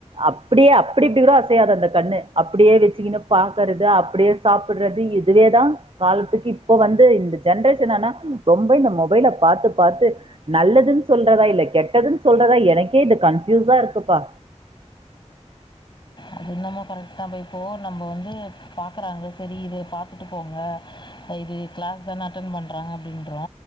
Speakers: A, on the right; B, on the left.
A: அப்படியே அப்படிப்படி கூ அசையாது அந்த கண்ணு அப்படியே வச்சுக்கனு பாக்குறது அப்படியே சாப்பிடுறது இதுவேதான் காலத்துக்கு இப்ப வந்து இந்த ஜென்ரேஷன் ஆனா ரொம்ப இந்த மொபைல பாார்த்து பாாரத்து நல்லதுன்னு சொல்றதா இல்ல கெட்டதுன்னு சொல்றதா எனக்கே இது கன்ஃயூஸா இருக்குப்பா
B: அது என்னமோ கரெக்ட்தா இப்போ நம்ம வந்து பாக்கறாங்க சரி இதய பாத்துட்டு போங்க ஆ இது கிளாஸ்தான அட்டென்ட் பண்றாங்க அப்டின்றோ